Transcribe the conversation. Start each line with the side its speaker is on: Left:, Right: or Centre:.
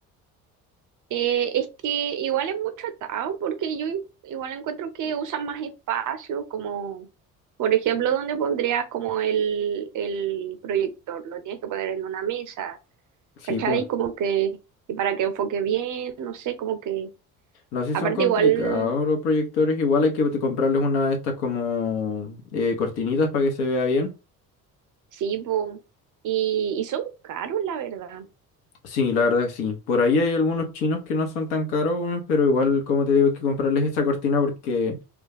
Right: Eh, es que igual es mucho atado, porque yo igual encuentro que usan más espacio, como, por ejemplo, ¿dónde pondrías como el, el proyector? Lo tienes que poner en una mesa
Left: Sí,
Right: ¿cachai?
Left: pues.
Right: Como que, y para que enfoque bien, no sé, como que,
Left: No, sí
Right: aparte
Left: son complicados
Right: igual,
Left: los proyectores. Igual hay que te- comprarles una de estas como eh, cortinitas para que se vea bien.
Right: sí, po, y, y son caros, la verdad,
Left: Sí, la verdad que sí. Por ahí hay algunos chinos que no son tan caros, weón, pero igual, como te digo, hay que comprarles esa cortina porque